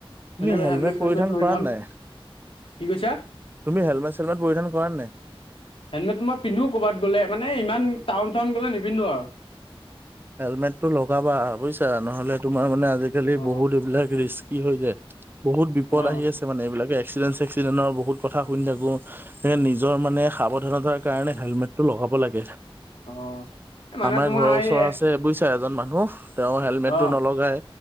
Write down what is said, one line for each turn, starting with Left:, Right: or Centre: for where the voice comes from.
Right: তুমি
Left: ধুনীয়াকৈ
Right: হেলমেট
Left: হেলমেট-চেলমেট
Right: পৰিধান
Left: লৈ
Right: কৰা
Left: যাম।
Right: নাই
Left: কি কৈছা?
Right: তুমি হেলমেট-চেলমেট পৰিধান কৰা নে নাই।
Left: হেলমেট মই পিন্ধো ক'ৰবাত গ'লে মানে ইমান টাউন-চাউন গ'লে নিপিন্ধো আৰু।
Right: হেলমেটটো লগাবা বুজিছা, নহ'লে তোমাৰ মানে আ আজিকালি
Left: অ
Right: বহুত এইবিলাক ৰিক্সি হৈ যায়। বহুত বিপদ
Left: অ
Right: আহি আছে। মানে এইবিলাক এক্সিডেণ্ট-চে্ক্সিডেণ্টৰ বহুত কথা শুনি থাকোঁ। সেই নিজৰ মানে সাৱধানতাৰ কাৰণে হেলমেটটো লগাব লাগে।
Left: অ এ মানে
Right: আমাৰ
Left: তোমাৰ
Right: ঘৰৰ
Left: এই
Right: ওচৰ আছে বুজিছা, এজন মানুহ তেওঁ হেলমেটটো
Left: অ
Right: নলগাই।